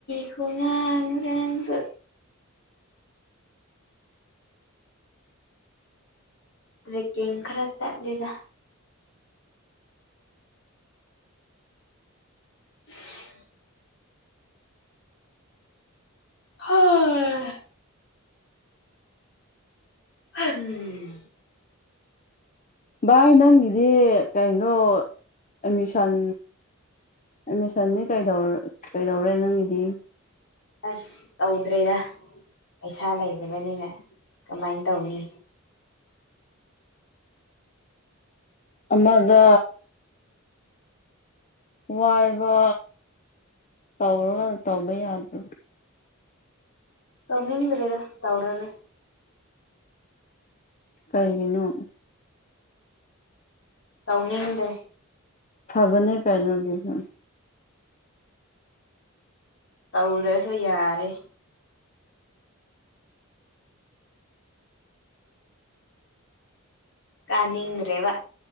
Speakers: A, on the left; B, on the left.
A: ꯈꯨꯉꯥꯡꯅꯣꯗ ꯅꯪꯁꯨ ꯇ꯭ꯔꯦꯀꯤꯡ ꯈꯔ ꯆꯠꯂꯤꯗꯥ <inaudible> ꯍꯣꯏ ꯑꯝ
B: ꯚꯥꯏ ꯅꯪꯒꯤꯗꯤ ꯀꯩꯅꯣ ꯑꯦꯃꯤꯁꯟ ꯑꯦꯃꯤꯁꯟꯗꯤ ꯀꯩꯗꯧꯔ ꯀꯩꯗꯧꯔꯦ ꯅꯪꯒꯤꯗꯤ
A: ꯑꯁ ꯇꯧꯗ꯭ꯔꯦꯗꯥ ꯄꯩꯁꯥ ꯂꯩꯇꯕꯅꯤꯅ ꯀꯃꯥꯏ ꯇꯧꯅꯤ
B: ꯑꯃꯒ ꯉꯥꯏꯕ ꯇꯧꯔꯒ ꯇꯧꯕ ꯌꯥꯗꯦ
A: ꯇꯧꯅꯤꯡꯗ꯭ꯔꯦꯗ ꯇꯧꯔꯔꯣꯏ
B: ꯀꯩꯒꯤꯅꯣ
A: ꯇꯧꯅꯤꯡꯗ꯭ꯔꯦ
B: ꯐꯕꯅꯦ ꯀꯩꯅꯣ ꯑꯗꯨꯁꯨ
A: ꯇꯧꯗ꯭ꯔꯁꯨ ꯌꯥꯔꯦ ꯀꯥꯅꯤꯡꯗ꯭ꯔꯦꯕ